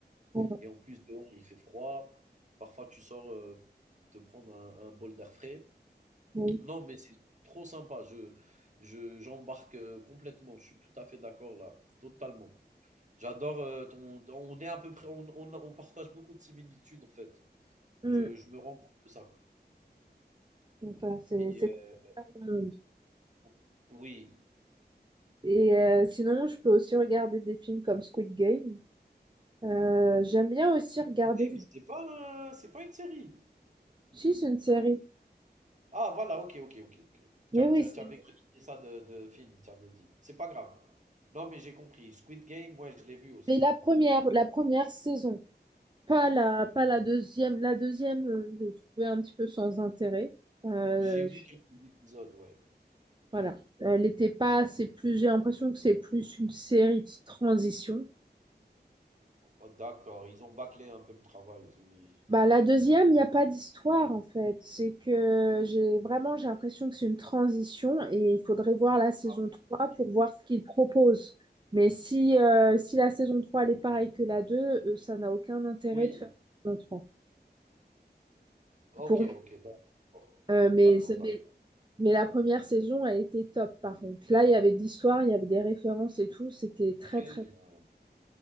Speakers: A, on the right; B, on the right.
A: Ouais,
B: et en plus, dehors, il fait froid. Parfois, tu sors, heu, te prendre un un bol d'air frais.
A: ouais.
B: Non, mais c'est trop sympa. Je je j'embarque, heu, complètement. Je suis tout à fait d'accord là, totalement. J'adore, heu, ton on est à peu près on on on partage beaucoup de similitudes en fait.
A: Hum.
B: Je je me rends compte de ça
A: Enfin, c'est
B: et
A: c'est
B: heu,
A: compliqué au monde.
B: o oui.
A: Et euh, sinon, je peux aussi regarder des films comme Squid Game. Euh, j'aime bien aussi regarder.
B: Wicked, C'est pas un c'est pas une série?
A: Si, c'est une série.
B: Ah voilà, OK, OK, OK, OK.
A: Oui,
B: Tu as
A: oui,
B: tu as
A: c'est
B: tu avais qualifié ça de de film, tu avais dit. C'est pas grave. Non, mais j'ai compris. Squid Game, ouais, je l'ai vu aussi.
A: mais la première, la première saison. Pas la, pas la deuxième. La deuxième, euh, je l'ai trouvée un petit peu sans intérêt. Euh,
B: J'ai vu
A: je-
B: quelques épisodes, ouais.
A: voilà. Elle n'était pas, c'est plus, j'ai l'impression que c'est plus une série de transition.
B: Oh d'accord, ils ont bâclé un peu le travail, c'est
A: Bah, la deuxième, il n'y a pas d'histoire en fait. C'est que j'ai vraiment j'ai l'impression que c'est une transition et il faudrait voir la saison
B: Ah
A: trois
B: oui,
A: pour voir ce qu'ils proposent. Mais si, euh, si la saison 3 elle est pareille que la 2, euh, ça n'a aucun intérêt
B: oui.
A: de faire une saison 3.
B: OK,
A: Pour moi.
B: OK, d'accord.
A: Euh, mais,
B: D'accord, d'accord.
A: mais, mais la première saison, elle était top par contre. Là, il y avait de l'histoire, il y avait des références et tout. C'était très
B: Très
A: très.
B: bien.